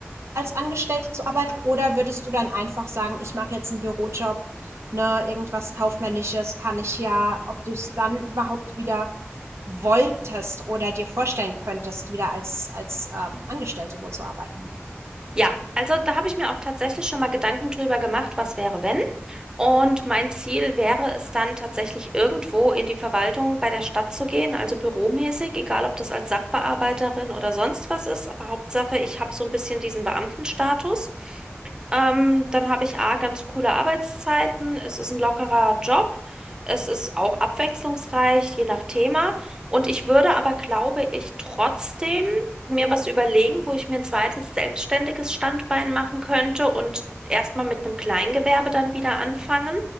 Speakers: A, on the right; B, on the right.
A: als Angestellte zu arbeiten, oder würdest du dann einfach sagen, ich mache jetzt einen Bürojob, ne, irgendwas kaufmännisches kann ich ja, ob du es dann überhaupt wieder wolltest oder dir vorstellen könntest, wieder als als ähm, Angestellte wo zu arbeiten?
B: Ja, also da habe ich mir auch tatsächlich schon mal Gedanken drüber gemacht, was wäre, wenn. Und mein Ziel wäre es dann tatsächlich irgendwo in die Verwaltung bei der Stadt zu gehen, also büromäßig, egal ob das als Sachbearbeiterin oder sonst was ist, aber Hauptsache, ich habe so ein bisschen diesen Beamtenstatus. Ähm, dann habe ich A, ganz coole Arbeitszeiten, es ist ein lockerer Job, es ist auch abwechslungsreich, je nach Thema. Und ich würde aber, glaube ich, trotzdem mir was überlegen, wo ich mir ein zweites selbstständiges Standbein machen könnte und erstmal mit einem Kleingewerbe dann wieder anfangen.